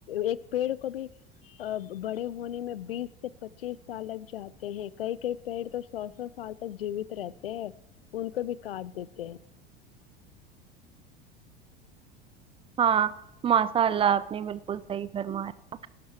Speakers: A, on the left; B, on the right.
A: ایک پیڑ کو بھی بڑے ہونے میں بیس سے پچیس سال لگ جاتے ہیں کئی کئی پیڑ تو سو سو سال تک جیوت رہتے ہیں ان کو بھی کاٹ دیتے ہیں
B: ہاں ماشاء اللہ آپ نے بالکل صحیح فرمایا